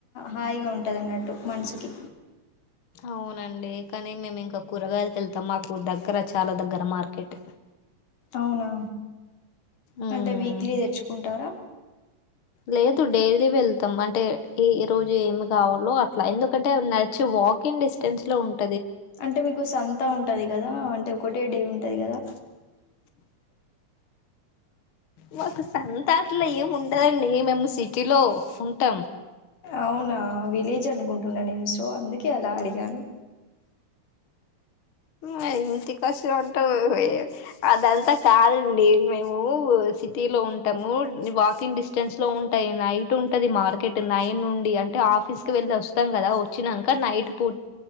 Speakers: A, on the left; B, on the left.
A: హాయిగా ఉంటది అన్నట్టు మనసుకి
B: అవునండి కానీ మేమింకా కూరగాయల్కెళ్తాం మాకు దగ్గర చాలా దగ్గర మార్కెట్
A: అవునా
B: ఉమ్
A: అంటే వీక్లీ దెచ్చుకుంటారా
B: లేదు డైలీ వెళ్తాం అంటే ఈ ఈ రోజు ఏమి కావలో అట్లా ఎందుకంటే అవి నడ్చి వాకింగ్ డిస్టెన్స్ లో ఉంట్
A: అంటే మీకు సంత ఉంటది గదా అంటే ఒకటే డే ఉంటది కదా
B: మాకు సంత అట్లేం ఉండదండి మేం సిటీలో ఉంటం
A: అవునా విలేజ్ అనుకుంటున్నా నేను సో అందుకే అలా అడిగాను
B: మరి ఇంటి కసునంటవ్ అదంతా కాదండీ మేము సిట్ టిలో ఉంటము నీ వాకింగ్ డిస్టెన్స్ లో ఉంటాయి నైట్ ఉంటది మార్కెట్ నైన్ నుండి అంటే ఆఫీస్ కి వెళ్ళి వొస్తం గదా వొచ్చినంక నైట్ పూట